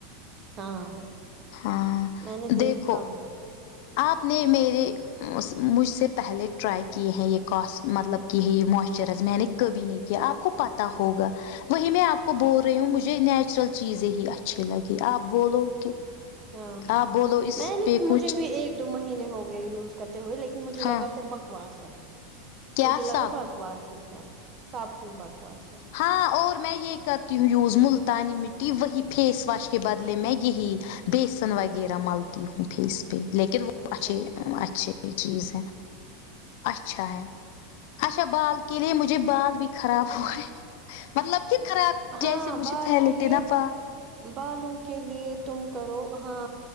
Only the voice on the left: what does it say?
ہاں
دیکھو
آپ نے میرے مجھ سے پہلے ٹرائی کیے ہیں یہ کاسٹ مطلب کی ہے یہ موئسچرائز میں نے کبھی نہیں کیا آپ کو پتا ہوگا وہی میں آپ کو بول رہی ہوں مجھے نیچرل چیزیں ہی اچھی لگی آپ بولو کہ
آپ بولو اس
پہ
کچھ
ہاں
کیا
سب
ہاں اور میں یہ کرتی ہوں یوز ملتانی مٹی وہی فیس واش کے بدلے میں یہی بیسن وغیرہ ملتی ہوں فیس پہ لیکن وہ
اچھے
اچھے چیز ہے اچھا ہے اچھا بال کے لیے مجھے بال بھی خراب ہو گئے مطلب کہ خراب
جیسے مجھے
پھیلتے
نا پا